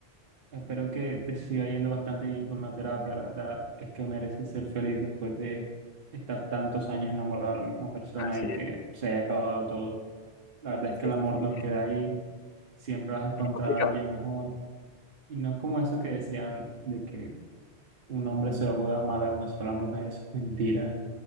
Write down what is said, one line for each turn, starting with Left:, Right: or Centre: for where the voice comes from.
Right: espero que te siga yendo bastante bien con la terapia, la verdad es que mereces ser feliz después de estar tantos años enamorado de la misma persona
Left: Así
Right: y que
Left: es.
Right: se haya acabado todo. La verdad es que
Left: Sí,
Right: el amor
Left: sí,
Right: no queda ahí, siempre vas a encontrar
Left: es complicado.
Right: a alguien mejor. Y no es como eso que decían de que un hombre solo puede amar a una sola mujer, eso es mentira.